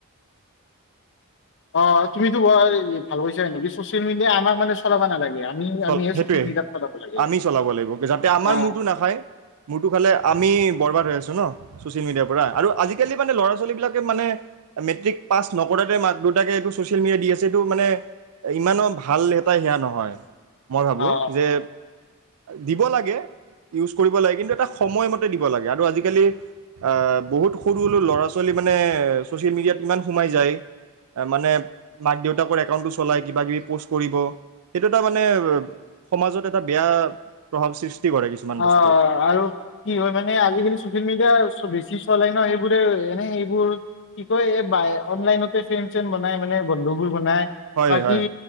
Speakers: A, on the left; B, on the right.
A: অ', তুমিতো বৰ ভাল পাইছা নেকি? ছ'চিয়েল মিডিয়াই আমাক, মানে, চলাব নালাগে আমি
B: চল,
A: আমিহে
B: সেইটোৱেই
A: ছচিয়েল মিডিয়াত চলাব লাগে
B: আমি চলাব লাগিব, যাতে আমাৰ
A: অ
B: মূৰটো নাখায়। মূৰটো খালে, আমি বৰবাদ হৈ আছোঁ ন, ছ'চিয়েল মিডিয়াৰ পৰা? আৰু আজিকালি, মানে, ল'ৰা-ছোৱালীবিলাকে, মানে, মেট্ৰিক পাছ নকৰাতেই মাক-দেউতাকে এইটো ছ'চিয়েল মিডিয়া দি আছে। এইটো, মানে, ইমানো ভাল এটা সেয়া নহয়। মই ভাবোঁ
A: অ
B: যে দিব লাগে, ইউজ কৰিব লাগে, কিন্তু এটা সময়মতে দিব লাগে। আৰু আজিকালি, আ, বহুত সৰু-সৰু ল'ৰা-ছোৱালী, মানে, ছ'চিয়েল মিডিয়াত ইমান সোমাই যায়। মানে, মাক-দেউতাকৰ একাউণ্টটো চলাই, কিবা-কিবি প'ষ্ট কৰিব, সেইটো এটা, মানে মানে, সমাজত এটা বেয়া প্ৰভাৱ সৃষ্টি কৰে কিছুমান
A: অ',
B: বস্তু
A: আৰু কি হয়, মানে, আজিকালি ছ'চিয়েল মিডিয়া বেছি চলে ন? সেইবোৰে মানে, এইবোৰ কি কয়, এই অনলাইনতে ফেন-চেন বনাই, মানে, বন্ধুবোৰ বনাই।
B: হয়
A: বাকি,
B: হয়